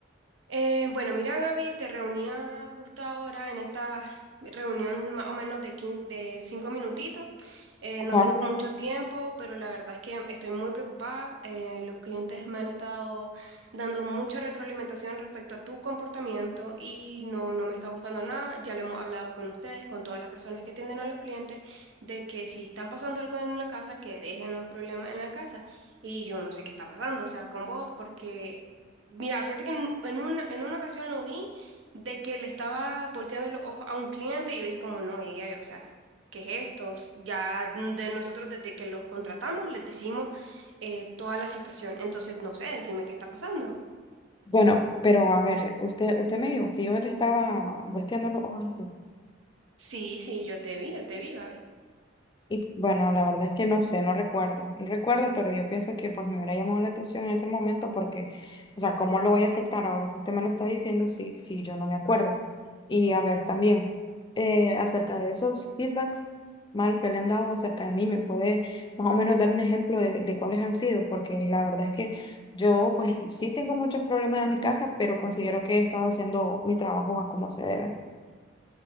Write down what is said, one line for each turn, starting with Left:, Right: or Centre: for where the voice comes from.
Right: Eh, bueno, mira, Gaby, te reunía justo ahora en esta reunión más o menos de, quin- de cinco minutitos. Eh, no
Left: Ajá.
Right: tengo mucho tiempo, pero la verdad es que estoy muy preocupada. Eh, los clientes me han estado dando mucha retroalimentación respecto a tu comportamiento y no, no me está gustando nada. Ya lo hemos hablado con ustedes, con todas las personas que atienden a los clientes, de que si están pasando algo en la casa, que dejen los problemas en la casa. Y yo no sé qué está pasando, o sea, con vos, porque Mira, fíjate que en, en una, en una ocasión lo vi de que le estaba volteando los ojos a un cliente y yo dije como no, y ya, o sea, ¿qué es esto? Ya mm, de nosotros desde que los contratamos les decimos eh, toda la situación, entonces no sé, decime qué está pasando.
Left: Bueno, pero a ver, usted, usted me dijo que yo le estaba volteando los ojos.
Right: Sí, sí, yo te vi, yo te vi, Gaby.
Left: Y bueno, la verdad es que no sé, no recuerdo. Y recuerdo, pero yo pienso que pues me hubiera llamado la atención en ese momento porque, o sea, ¿cómo lo voy a aceptar ahora que usted me lo está diciendo si, si yo no me acuerdo? Y a ver, también, eh, acerca de esos feedback malos que le han dado acerca de mí, ¿me puede más o menos dar un ejemplo de, de cuáles han sido? Porque la verdad es que yo pues sí tengo muchos problemas en mi casa, pero considero que he estado haciendo mi trabajo a como se debe.